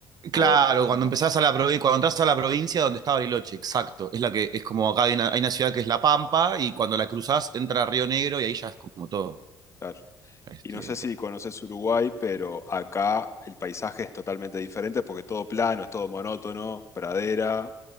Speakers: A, on the left; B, on the right.
A: O,
B: Claro, cuando
A: ahí va,
B: empezás a la provincia, cuando entras a la provincia donde está Bariloche, exacto. Es la que es como acá hay una, hay una ciudad que es La Pampa y cuando la cruzás entra a Río Negro y ahí ya es como todo.
A: claro.
B: Este,
A: Y no sé si conoces Uruguay, pero acá el paisaje es totalmente diferente porque es todo plano, es todo monótono, pradera,